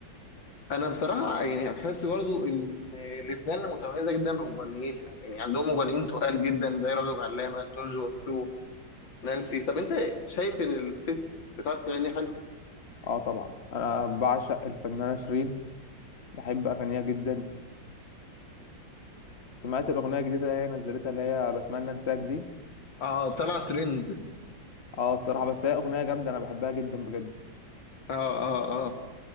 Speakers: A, on the left; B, on the left.
A: انا بصراحه يعني بحس برضو ان لبنان متميزه جدا بمغنيها يعني عندهم مغنيين تقال جدا زي راغب علامه جورج وسوف نانسي طب انت شايف ان الست بتعرف تغني حلو
B: اه طبعا انا بعشق الفنانه شيرين بحب اغانيها جدا سمعت الاغنيه الجديده اللي هي نزلتها اللي هي بتمنى انساك دي
A: اه طلع ترند
B: اه الصراحه بس هي اغنيه جامده انا بحبها جدا بجد
A: اه اه اه